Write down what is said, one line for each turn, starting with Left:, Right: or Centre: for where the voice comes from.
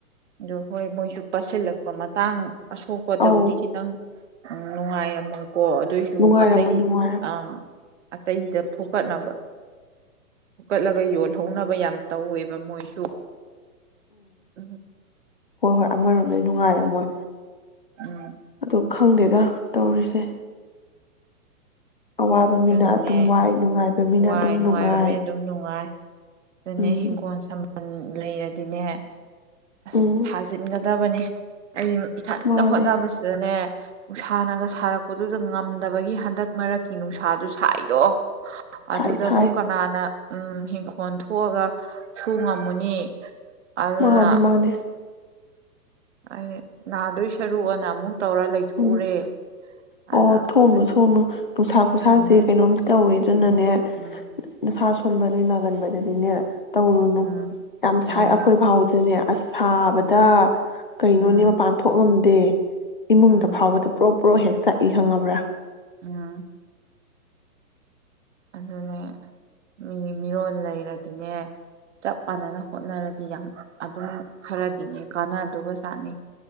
Right: ꯑꯗꯨ ꯍꯣꯏ ꯃꯣꯏꯁꯨ ꯄꯁꯤꯜꯂꯛꯄ ꯃꯇꯥꯡ ꯑꯁꯣꯛꯄꯗꯕꯨꯗꯤ
Left: ꯑꯧ
Right: ꯈꯤꯇꯪ ꯎꯝ ꯅꯨꯡꯉꯥꯏꯔꯝꯃꯣꯏ ꯀꯣ ꯑꯗꯨꯏꯁꯨ
Left: ꯅꯨꯡꯉꯥꯏꯔꯝꯃꯣꯏ
Right: ꯑꯇꯩ
Left: ꯅꯨꯡꯉꯥꯏꯔꯝꯃꯣꯏ
Right: ꯑꯥ ꯑꯇꯩꯗ ꯐꯨꯀꯠꯅꯕ ꯐꯨꯀꯠꯂꯒ ꯌꯣꯜꯍꯧꯅꯕ ꯌꯥꯝ ꯇꯧꯋꯦꯕ ꯃꯣꯏꯁꯨ ꯎꯝ
Left: ꯍꯣꯏ ꯍꯣꯏ ꯑꯃꯔꯣꯝꯗ ꯅꯨꯡꯉꯥꯏꯔꯝꯃꯣꯏ
Right: ꯎꯝ
Left: ꯑꯗꯣ ꯈꯪꯗꯦꯗ ꯇꯧꯔꯤꯁꯦ ꯑꯋꯥꯕ
Right: ꯑꯗꯨꯅꯅꯦ
Left: ꯃꯤꯅ ꯑꯗꯨꯝ ꯋꯥꯏ ꯅꯨꯡꯉꯥꯏꯕ ꯃꯤꯅ
Right: ꯋꯥꯏ
Left: ꯑꯗꯨꯝ
Right: ꯅꯨꯡꯉꯥꯏꯕ
Left: ꯅꯨꯡꯉꯥꯏ
Right: ꯃꯤ ꯑꯗꯨꯝ ꯅꯨꯡꯉꯥꯏ ꯑꯗꯨꯅꯦ
Left: ꯎꯝ
Right: ꯍꯤꯡꯒꯣꯟ ꯁꯝ ꯂꯩꯔꯗꯤꯅꯦ ꯑꯁ
Left: ꯎꯝ
Right: ꯊꯥꯖꯤꯟꯒ ꯗꯕꯅꯤ ꯑꯩ ꯏꯊꯟꯅ
Left: ꯃꯥꯅꯦ
Right: ꯍꯣꯠꯅꯕꯁꯤꯗꯅꯦ ꯅꯨꯡꯁꯥꯅꯒ ꯁꯥꯔꯛꯄꯗꯨꯗ ꯉꯝꯗꯕꯒꯤ ꯍꯟꯗꯛ ꯃꯔꯛꯀꯤ ꯅꯨꯡꯁꯥ ꯁꯥꯖꯨ ꯁꯥꯏꯗꯣ
Left: ꯁꯥꯏ
Right: ꯑꯗꯨꯗꯕꯨ
Left: ꯁꯥꯏ
Right: ꯀꯅꯥꯅ ꯎꯝ ꯏꯪꯈꯣꯜ ꯊꯣꯛꯑꯒ ꯁꯨ ꯉꯝꯃꯨꯅꯤ ꯑꯗꯨꯅ
Left: ꯃꯥꯅꯦ ꯃꯥꯅꯦ
Right: ꯑꯩ ꯅꯥꯗꯣꯏ ꯁꯔꯨꯛꯑꯅ ꯑꯃꯨꯛ ꯇꯧꯔ ꯂꯩꯊꯣꯛꯎꯔꯦ
Left: ꯎꯝ ꯑꯣ
Right: ꯑꯗꯣ
Left: ꯊꯣꯛꯎꯅꯨ
Right: ꯑꯁ
Left: ꯊꯣꯛꯎꯅꯨ ꯅꯨꯡꯁꯥ ꯈꯨꯁꯥꯁꯦ
Right: ꯎꯝ
Left: ꯀꯩꯅꯣꯃ ꯇꯧꯋꯦ ꯗꯨꯅꯅꯦ
Right: ꯎꯝ ꯎꯝ
Left: ꯁꯥ ꯁꯣꯟꯕ ꯅꯣꯏ ꯅꯥꯒꯟꯕꯗꯗꯤꯅꯦ ꯇꯧꯔꯨꯅꯨ
Right: ꯎꯝ
Left: ꯌꯥꯝ
Right: ꯎꯝ
Left: ꯁꯥꯏ ꯑꯈꯣꯏ ꯐꯥꯎꯗꯅꯦ ꯑꯁꯥꯕꯗ ꯀꯩꯅꯣꯅꯦ
Right: ꯎꯝ
Left: ꯃꯄꯥꯟ ꯊꯣꯛꯉꯝꯗꯦ ꯗꯦ ꯏꯃꯨꯡꯗ
Right: ꯎꯝ
Left: ꯐꯥꯎꯕꯗ ꯄ꯭ꯔꯣꯞ ꯄ꯭ꯔꯣ ꯍꯦꯛ ꯆꯥꯛꯏ ꯈꯪꯉꯕ꯭ꯔꯥ
Right: ꯎꯝ ꯑꯗꯨꯅꯦ ꯃꯤ ꯃꯤꯔꯣꯜ ꯂꯩꯔꯗꯤꯅꯦ ꯆꯞ ꯃꯥꯟꯅꯅ ꯍꯣꯠꯅꯔꯗꯤ ꯌꯥꯝ ꯑꯗꯨꯝ ꯈꯔꯗꯤꯅꯦ ꯀꯥꯟꯅꯗꯣꯕ ꯖꯥꯠꯅꯤ